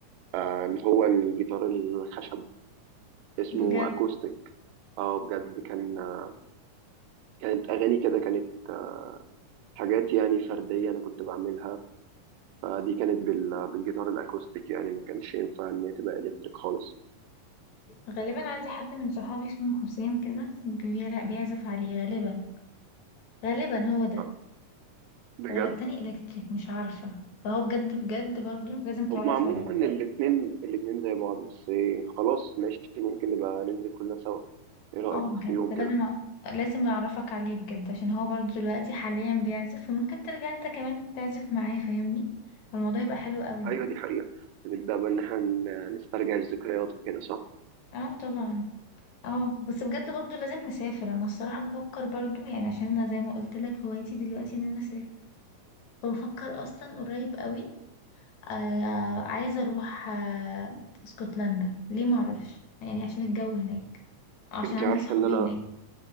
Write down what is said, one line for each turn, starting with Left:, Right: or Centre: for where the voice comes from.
Right: آه، اللي هو الجيتار الخشب اسمه
Left: بجد
Right: اكوستيك اه بجد كان آه، كانت اغاني كده كانت آه، حاجات يعني فرديه انا كنت بعملها فدي كانت بال... بالجيتار الاكوستيك يعني ما كانش ينفع ان هي تبقى الكتريك خالص
Left: غالبا عندي حد من صحابي اسمه حسين كده بيلا- بيعزف عليه غالبا غالبا هو ده
Right: آه، بجد
Left: ولا التاني الكتريك مش عارفه فهو بجد بجد برضو لازم تعرف
Right: هما عموما
Left: عليه
Right: الاتنين الاتنين زي بعض بس إيه، خلاص ماشي ممكن نبقى ننزل كلنا سوا ايه رأيك
Left: اه بجد
Right: في يوم
Left: لازم
Right: كده
Left: أ- لازم اعرفك عليه بجد عشان هو برضو دلوقتي حاليا بيعزف وممكن ترجع انت كمان تعزف معاه فاهمني فالموضوع يبقى حلو قوي
Right: ايوه دي حقيقة نبدأ بقى ان احنا ن- نسترجع الذكريات وكده صح
Left: اه طبعا اه بس بجد برضو لازم نسافر انا الصراحة بفكر برضو يعني عشان انا زي ما قلت لك هوايتي دلوقتي ان انا اسافر فبفكر اصلا قريب قوي آه آه، عايزة اروح آه اسكتلندا ليه معرفش يعني عشان الجو هناك عشان
Right: انت
Left: عندي
Right: عارفة
Left: صحابي
Right: ان انا
Left: هناك